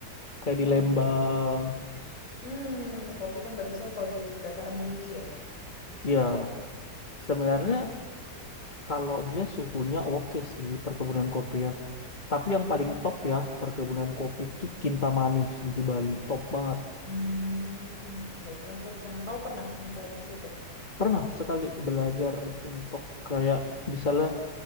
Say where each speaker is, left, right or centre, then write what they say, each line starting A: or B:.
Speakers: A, on the left; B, on the left.
A: kayak di
B: oh
A: Lembang
B: iya. iya. Hmm, kopi kan bagusnya kalau di dataran tinggi ya.
A: ya sebenarnya
B: Hmm.
A: kalau dia suhunya oke sih perkebunan kopi ya tapi yang paling
B: Hmm.
A: top ya perkebunan kopi tuh Kintamani sih di Bali top banget
B: Hmm. Belum pernah tuh ke sana. Kau pernah nyamperin ke situ?
A: pernah sekali belajar untuk kayak misalnya